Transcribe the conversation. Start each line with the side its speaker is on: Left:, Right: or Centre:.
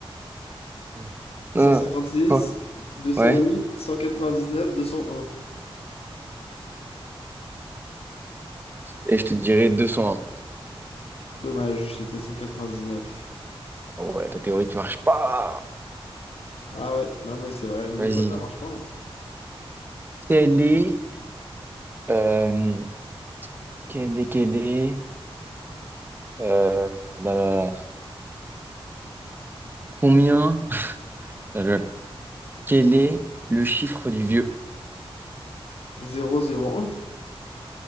Right: Oui. Non,
Left: cent cent cent cinquante six,
Right: quoi?
Left: deux cent
Right: Ouais.
Left: huit, cent quatre-vingt-dix-neuf, deux cent un.
Right: Et je te dirai 201.
Left: Dommage, c'était 199.
Right: Oh ouais, ta théorie qui marche pas.
Left: Ah ouais, non mais c'est vrai, des
Right: Vas-y.
Left: fois ça marche pas. hein.
Right: Quelle est, euh, quel est, quelle est, euh, là, là, là. Combien? <laughs> Ah, lol. Quel est le chiffre du vieux?
Left: 001.